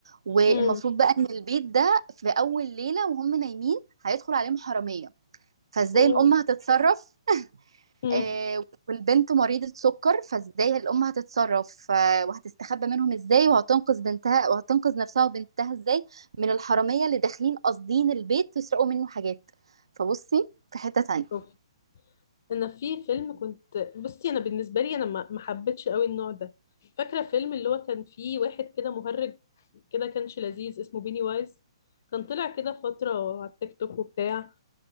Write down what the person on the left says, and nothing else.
امم
أوف
امم
أوف انا في فيلم كنت بصي انا بالنسبه لي انا ما ما حبيتش قوي النوع ده فاكره فيلم اللي هو كان فيه واحد كده مهرج كده كانش لذيذ اسمه بيني وايز كان طلع كده فتره على التيك توك وبتاع